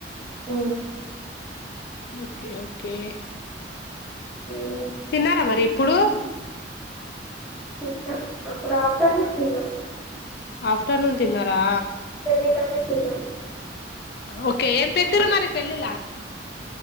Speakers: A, in the centre; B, on the left (about 60°).
A: ఉ
B: ఓకే ఓకే
A: <inaudible>
B: తిన్నారా మరి ఇప్పుడు
A: తిన్నా అప్పుడు ఆఫ్టర్నూన్ తిన్నా
B: ఆఫ్టర్నూన్ తిన్నారా
A: ఇల్ ఎలానే తిన
B: ఓకే ఏం పెట్టరు మరి పెళ్ళిలా